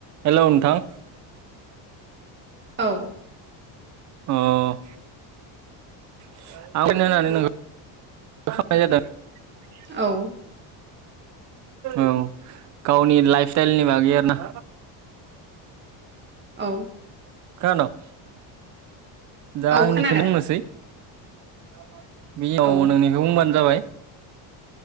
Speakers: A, on the right (about 40°); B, on the right (about 25°).
A: <inaudible> हेल' नोंथां।
B: औ।
A: अह। <unintelligible>
B: औ।
A: औ गावनि लाइफ स्टाइलनि बागै आर ना।
B: औ।
A: खोनाद'? दा
B: औ
A: आंनिखोनो
B: खोनादों
A: बुंनोसै <inaudible> बेनि उनाव
B: औ
A: नोंनिखौ बुंबानो जाबाय। <inaudible>